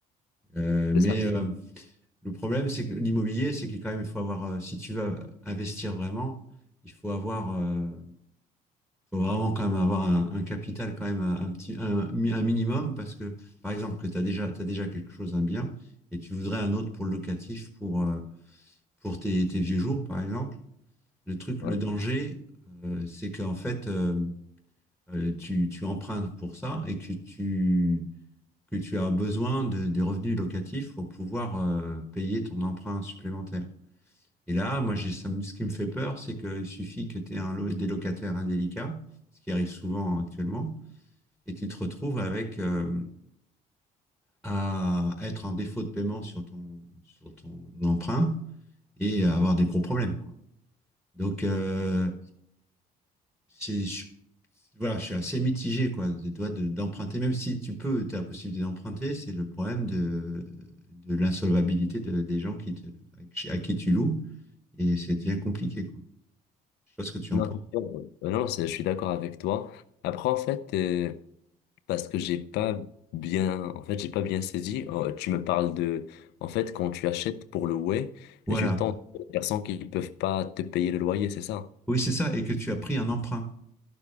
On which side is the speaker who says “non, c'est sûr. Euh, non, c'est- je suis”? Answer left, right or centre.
Left